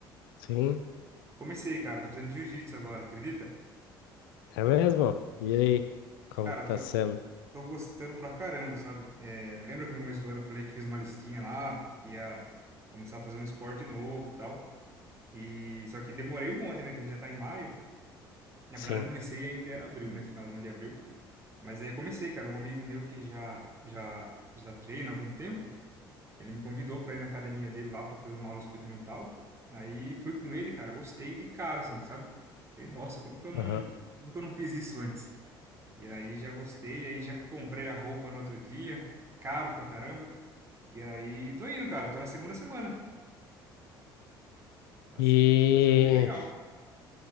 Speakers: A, on the left (about 65°); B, on the right (about 20°).
A: Sim,
B: Comecei, cara. Tô fazendo jiu-jitsu agora, acredita?
A: é mesmo? E aí, como
B: Cara,
A: tá
B: tô,
A: sendo?
B: tô gostando pra caramba, sabe? É, lembra que no começo do ano eu falei que fiz uma listinha lá, que ia começar a fazer um esporte novo e tal. E só que demorei um monte, né? Que a gente já tá em maio. Na
A: Sim.
B: verdade, eu comecei ainda era abril, né? Finalzinho de abril. Mas aí eu comecei, cara. Um amigo meu que já já já treina há algum tempo, ele me convidou para ir na academia dele lá para fazer uma aula experimental. Aí fui com ele, cara. Gostei de cara, assim, sabe? Falei, nossa, como que eu não
A: Aham.
B: como que eu não fiz isso antes? E aí já gostei, aí já comprei a roupa no outro dia, caro pra caramba. E aí tô indo, cara. Tô na segunda semana. Tá
A: E
B: sendo tá sendo bem legal.